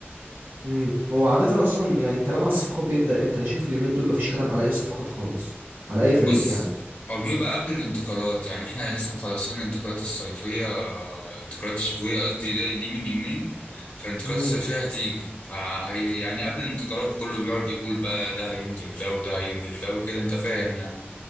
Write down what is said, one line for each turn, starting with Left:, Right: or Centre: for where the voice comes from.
Right: امم هو عادة اصلا يعني الكلام على الصفقات بيبدأ امتى انا شايف اليومين دول مفيش كلام على اي صفقات خالص على اي فريق
Left: بص
Right: يعني
Left: هو بيبقى قبل الانتقالات يعني احنا لسه مخلصين الانتقالات الصيفية الانتقالات الشتوية قصدي دي, دي من يومين فالانتقالات
Right: امم
Left: الصيفية هتيجي فهي يعني قبل الانتقالات كله بيقعد يقول بقى ده هيمضي ده وده هيمضي ده وكده انت فاهم يعني